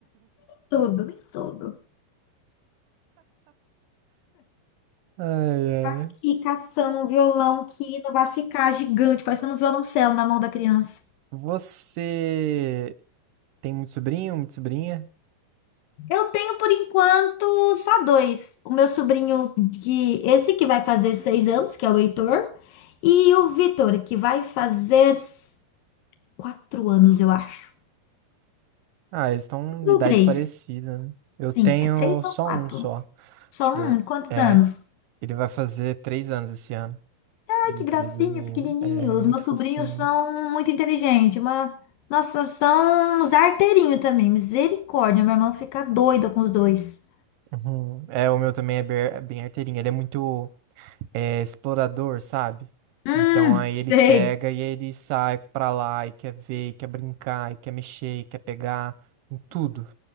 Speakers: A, on the left (about 80°); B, on the right (about 75°).
A: Tudo, nem tudo.
B: Ai, ai.
A: Tá Aqui caçando um violão que não vai ficar gigante, parecendo um violoncelo na mão da criança.
B: Você tem muito sobrinho, muita sobrinha?
A: Eu tenho por enquanto só dois. O meu sobrinho, que esse que vai fazer seis anos, que é o Heitor, e o Vitor, que vai fazer s- quatro anos, eu acho.
B: Ah, eles estão em idade
A: Ou três.
B: parecida, né? Eu
A: Sim,
B: tenho
A: é três
B: só
A: ou quatro.
B: um só.
A: Só
B: Acho que
A: um?
B: ele,
A: Quantos
B: é,
A: anos?
B: ele vai fazer três anos esse ano.
A: Ai,
B: Vai Fazer
A: que gracinha,
B: três aninhos.
A: pequenininho.
B: É
A: Os
B: muito
A: meus
B: fofinho.
A: sobrinhos são muito inteligentes, mas. Nossa, são uns arteirinhos também. Misericórdia, minha irmã fica doida com os dois.
B: Uhum. É, o meu também é bem, é bem arteirinho. Ele é muito é, explorador, sabe?
A: Hum,
B: Então aí
A: <laughs>
B: ele
A: sei.
B: pega e aí ele sai pra lá e quer ver, e quer brincar, e quer mexer, e quer pegar em tudo.